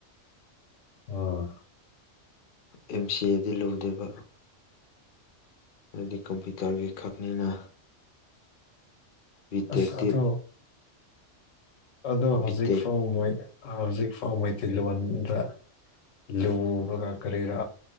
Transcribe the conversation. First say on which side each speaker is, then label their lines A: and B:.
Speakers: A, on the left (about 85°); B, on the left (about 50°).
A: ꯑꯣꯑꯥ
B: ꯑꯦꯝ ꯁꯤ ꯑꯦꯗꯤ ꯂꯨꯗꯦꯕ ꯃꯥꯗꯤ ꯀꯝꯄ꯭ꯌꯨꯇꯔꯒꯤ ꯈꯛꯅꯤꯅ ꯕꯤ ꯇꯦꯛꯇꯤ
A: ꯑꯥꯁ ꯑꯗꯨ ꯑꯗꯣ ꯍꯧꯖꯤꯛ
B: ꯕꯤ ꯇꯦꯛ
A: ꯐꯥꯎ ꯃꯣꯢ ꯍꯧꯖꯤꯛ ꯐꯥꯎ ꯃꯩꯇꯩꯂꯣꯟꯗ ꯂꯨꯕꯒ ꯀꯔꯤꯔꯥ